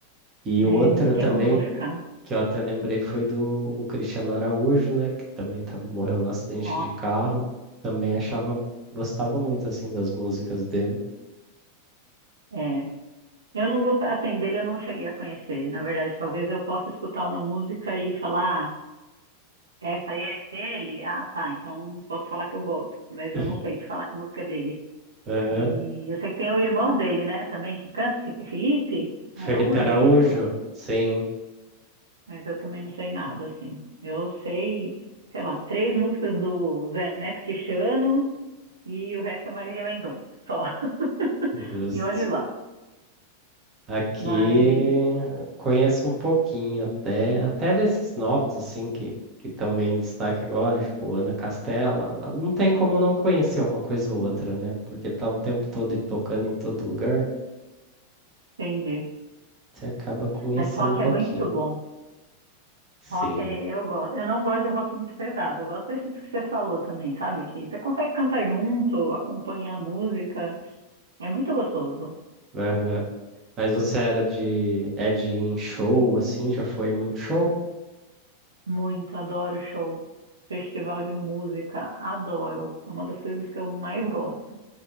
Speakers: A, on the right (about 30°); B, on the right (about 70°).
A: E
B: É,
A: outra
B: não tem
A: também
B: como não ficar.
A: que eu até lembrei foi do o Cristiano Araújo, né? Que também tá, morreu no acidente
B: Nossa,
A: de carro. Também achava, gostava muito assim das músicas dele.
B: é. Eu não gostava, assim, dele eu não cheguei a conhecer. Na verdade, talvez eu possa escutar uma música e falar, "Ah, essa aí é dele? Ah, tá, então posso falar que eu gosto. Mas
A: <laughs>
B: eu não sei te falar que música é dele.
A: Aham.
B: E eu sei que tem o irmão dele, né, também, que canta, Fi- Felipe
A: Felipe
B: Araújo,
A: Araújo?
B: é isso?
A: Sim,
B: Mas eu também não sei nada, assim. Eu sei, sei lá, três músicas do Zé Neto Cristiano e o resto é Marília Mendonça, só. <laughs>
A: justo.
B: E olhe lá.
A: Aqui
B: Mas
A: conheço um pouquinho até, até desses novos assim que que estão meio em destaque agora, tipo Ana Castela, n- não tem como não conhecer uma coisa ou outra, né? Porque tá o tempo todo e tocando em todo lugar,
B: Entendi.
A: você acaba conhecendo
B: Mas rock
A: um pouquinho.
B: é muito bom.
A: Sim.
B: Rock é, eu gosto. Eu não gosto de rock muito pesado. Eu gosto desses que você falou também, sabe? Que você consegue cantar junto, acompanhar a música. É muito gostoso.
A: Aham. Mas você era de. É de ir em show, assim? Já foi muito show?
B: Muito, adoro show. Festival de música, adoro. É uma das coisas que eu mais gosto.